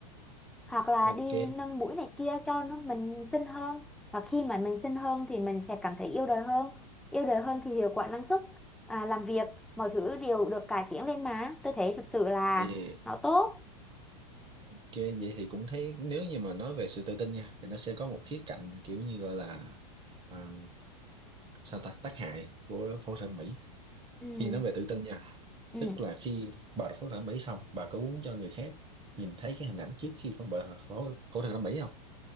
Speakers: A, in the centre; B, on the right.
A: hoặc là
B: ok
A: đi nâng mũi này kia cho nó mình xinh hơn và khi mà mình xinh hơn thì mình sẽ cảm thấy yêu đời hơn yêu đời hơn thì hiệu quả năng suất à, làm việc mọi thứ đều được cải tiến lên mà tôi thấy thực sự là
B: vậy
A: nó tốt
B: Ok, vậy thì cũng thấy nếu như mà nói về sự tự tin nha thì nó sẽ có một khía cạnh kiểu như gọi là à, sao ta tác hại của phẫu thuật thẩm mỹ
A: ừ
B: khi nói về tự tin nha
A: ừ,
B: tức là khi bà phẫu thuật thẩm mỹ xong bà có muốn cho người khác nhìn thấy cái hình ảnh trước khi phẫu bà phẫu phẫu thuật thẩm mỹ không